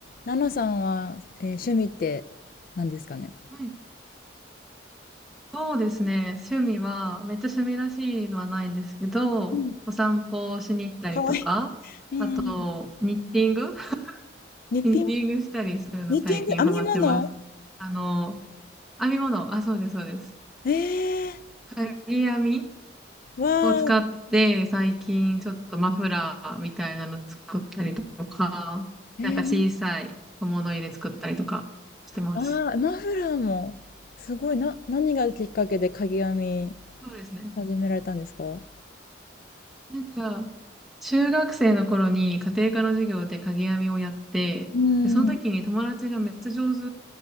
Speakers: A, on the left; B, in the centre.
A: ナナさんは、えー趣味って何ですかね
B: はい、そうですね。趣味は、めっちゃ趣味らしいのはないんですけど、
A: うん、
B: お散歩をしに行ったりとか、
A: かわいい。うん。
B: あと、ニッティング <laughs>
A: ニッピング、
B: ニッティングしたりするの最近ハマってます。
A: ニッティング、編み物
B: あの、編み物、あ、そうです、そうです。
A: ええ
B: かぎ編み
A: ー、わー、
B: を使って、最近ちょっとマフラーみたいなの作ったりとか、
A: えー、
B: なんか小さい小物入れ作ったりとかしてます。
A: あー、マフラーも、すごい、な、何がきっかけでかぎ編み
B: そうですね。
A: 始められたんですか
B: なんか、中学生の頃に家庭科の授業で鍵編みをやって、
A: うん、
B: で、その時に友達がめっちゃ上手
A: う